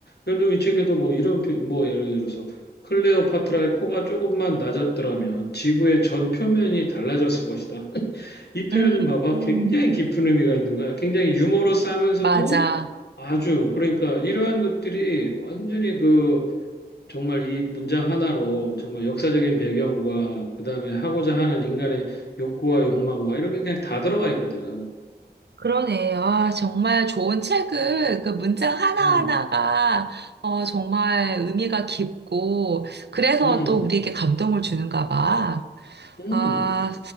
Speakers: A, on the left; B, on the right.
A: 예를 들면 이 책에도 뭐 이런 표- 뭐 예를 들어서 클레오파트라의 코가 조금만 낮았더라면 지구의 전 표면이 달라졌을 것이다. <laughs> 이 표현은
B: 음,
A: 봐봐.
B: 음,
A: 굉장히 깊은 의미가 있는 거야. 굉장히 유머러스하면서도
B: 맞아.
A: 아주 그러니까 이러한 것들이 완전히 그 정말 이 문장 하나로 정말 역사적인 배경과 그다음에 하고자 하는 인간의 욕구와 욕망과 이런 게 그냥 다 들어가 있거든.
B: 그러네. 아, 정말 좋은 책을 그 문장 하나하나가
A: 음,
B: 어, 정말 의미가 깊고 그래서
A: 음,
B: 또 우리에게 감동을 주는가 봐.
A: 음,
B: 아,